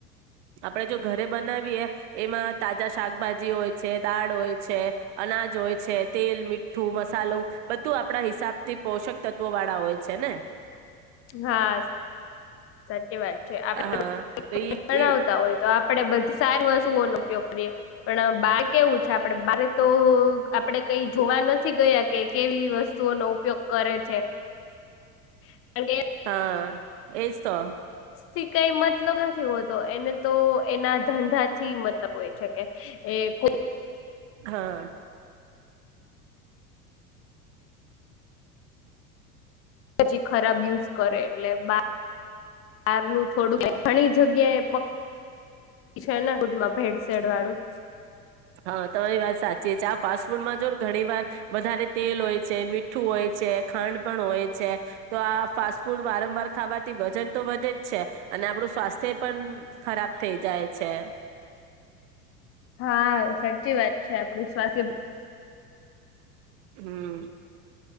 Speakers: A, on the right; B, on the left.
A: આપણેે જો ઘરે બનાવીએ એમાં તાજા શાકભાજી હોય છે દાળ હોય છે અનાજ હોય છે તેલ મીઠું મસાલો બધું આપણા હિસાબ થી પોષક તત્વો વાળા હોય છે ને.
B: હા. સાચી વાત આપતા
A: હા તો ઈ ઈ
B: હોય તો. આપે બધી સારી વસ્તુઓનો ઉપયોગ કરીએ પણ બાર કેવું છે આપડે બ તો આપડે કઈ જોવા નથી નથી ગયા કે કેવી વસ્તુઓનો ઉપયોગ કરે છે. કારણ
A: હા. એજ તો.
B: થી કઈ મતલબ નથી હોતો એને તો એના ધંધાથી મતલબ હોય છે કે એ કો
A: હા.
B: પછી ખરાબ યુઝ કરે એટલે બ બારનું થોડું ઘણી જગ્યા એ છે ફૂમાં ભેડસેેડ વાળું.
A: હા તમારી વાત સાચી છે આ ફાસ્ટ ફૂડમાં જો ઘણી વાર વધારે તેલ હોય છે મીઠું હોય છે ખાંડ પણ હોય છે તો આ ફાસ્ટ ફૂડ વારંવાર ખાવાથી વજન તો વધે જ છે અને આપણું સ્વાસ્થ્ય પણ ખરાબ થઈ જાય છે.
B: હા સાચી વાત છે આપણું સ્વાસ્થ્ય.
A: હમ.